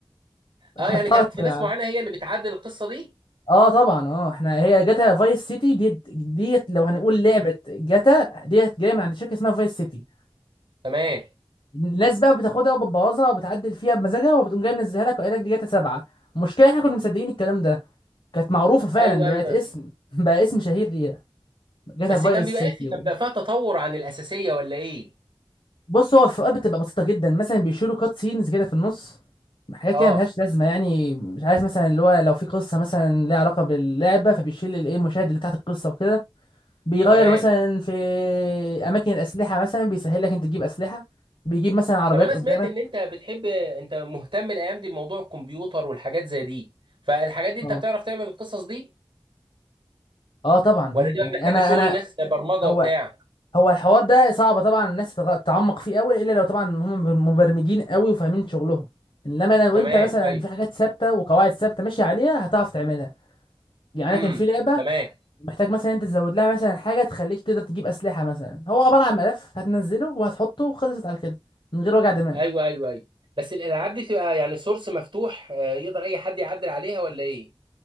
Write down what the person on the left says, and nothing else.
<laughs>
حاطها
لك
من
عن-
اه طبعا اه احنا هي جاتا فايس سيتي ديت ديت لو هنقول لعبه جاتا ديت جايه من عند شركه اسمها فايس سيتي
الناس بقى بتاخدها وبتبوظها وبتعدل فيها بمزاجها وبتقوم جايه منزلها لك وقايل لك دي جاتا سبعه المشكله احنا كنا مصدقين الكلام ده كانت معروفه فعلا
دلوقتي
اسم <laughs> بقى اسم شهير ليها جاتا
فايس
سيتي
بص هو الفروقات بتبقى بسيطة جدا مثلا بيشيلوا كات سينز كده في النص حاجات
كده ملهاش لازمة يعني مش عارف مثلا اللي هو لو في قصة مثلا ليها علاقة باللعبة فبيشيل الايه المشاهد اللي تحت القصة وكده بيغير
مثلا في أماكن الأسلحة مثلا بيسهل لك أنت تجيب أسلحة بيجيب مثلا عربيات
قدامك
اه
اه طبعا
ايوه
يعني
أنا
أنا
هو
هو الحوار ده صعب طبعا الناس تغ- تتعمق فيه قوي إلا لو طبعا هم مبر- مبرمجين قوي وفاهمين شغلهم انما لو
انت مثلا
في حاجات ثابته وقواعد ثابته ماشي عليها هتعرف تعملها يعني
انا كان في لعبه
محتاج مثلا انت تزود لها مثلا حاجه تخليك تقدر تجيب اسلحه مثلا هو عباره عن ملف هتنزله وهتحطه وخلصت على كده من غير وجع دماغ